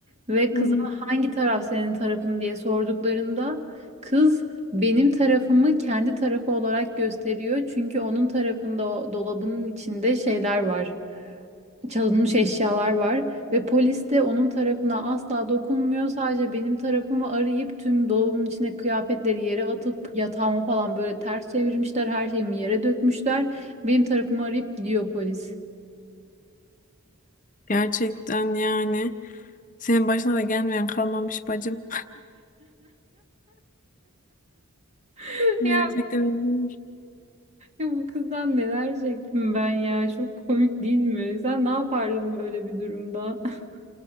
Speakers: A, on the right (about 30°); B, on the left (about 35°).
A: Ve
B: Hı.
A: kıza hangi taraf senin tarafın diye sorduklarında kız benim tarafımı kendi tarafı olarak gösteriyor. Çünkü onun tarafında o dolabının içinde şeyler var çalınmış eşyalar var ve polis de onun tarafına asla dokunmuyor. Sadece benim tarafımı arayıp tüm dolabımın içine kıyafetleri yere atıp yatağımı falan böyle ters çevirmişler. Her şeyimi yere dökmüşler. Benim tarafımı arayıp gidiyor polis.
B: Gerçekten yani. Senin başına da gelmeyen kalmamış bacım.
A: <laughs>
B: Gerçekten
A: Ya
B: üzülür.
A: bu kızdan neler çektim ben ya. Çok komik değil mi? Sen ne yapardın böyle bir durumda? <laughs>